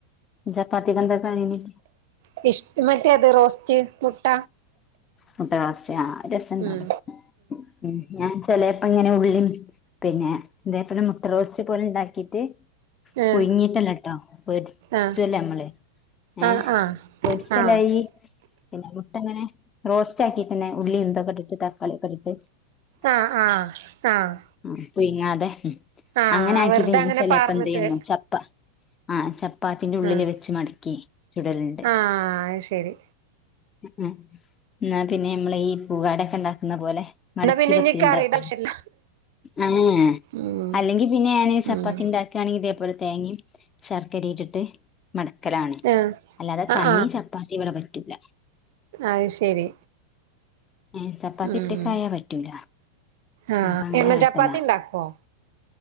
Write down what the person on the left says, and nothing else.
ചപ്പാത്തിക്കന്താ കറിനി
മുട്ടറോസ്റ്റ് ആഹ് രസണ്ടാവും
ഉം ഞാൻ ചെലേപ്പങ്ങനെ ഉള്ളി പിന്നെ ഇതേപോലെ മുട്ടറോസ്റ്റ് പോലെ ഉണ്ടാക്കിട്ട്,
പുഴിങ്ങീട്ടല്ലട്ടോ പൊരിച്ചൂല്ലേമ്മള്,
ഏഹ്
പൊരിച്ചലേയി,
പിന്നെ മുട്ട അങ്ങനെ റോസ്റ്റ് ആക്കിട്ടന്നെ ഉള്ളി ഇതൊക്കെ ഇട്ട് തക്കാളി ഒക്കെ ഇട്ട്ട്ട്,
ഉം പുഴുങ്ങാതെ
അങ്ങനെ ആക്കിട്ട്
ഞാൻ
ചിലേപ്പന്തേയ്യന്നു
ചപ്പ ആഹ് ചപ്പാത്തിന്റെ ഉള്ളില്
വെച്ച് മടക്കി ചുടലുണ്ട്,
ഹ് ഏഹ് ന്നാപിന്നെ നമ്മള് ഈ പുവാടൊക്കെ ണ്ടാക്കുന്ന പോലെ, മടക്കി
പത്തിരിണ്ടാക്കും
ഏഹ് ഏഹ്
അല്ലെങ്കി പിന്നെ ഞാന് ചപ്പാത്തിണ്ട
ക്കാണെങ്കി ഇതേപോലെ തേങ്ങയും ശർക്കരി ഇട്ടിട്ട്, മടക്കലാണ്
അല്ലാതെ
തനി ചപ്പാത്തി ഇവിടെ പറ്റില്ല,
ഏഹ് ചപ്പാതിറ്റക്കായാ
പറ്റൂല
അപ്പ അങ്ങനെ
കാട്ടല,